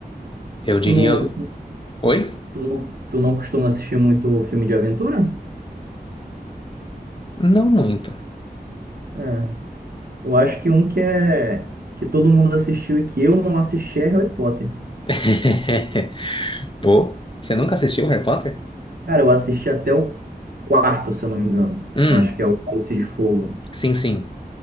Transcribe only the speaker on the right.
Tu não, costu-
tu não, tu não costuma assistir muito filme de aventura?
É. Eu acho que um que é. Que todo mundo assistiu e que eu não assisti é Harry Potter.
Cara, eu assisti até o quarto, se eu não me engano.
Eu acho que é o Cálice de Fogo.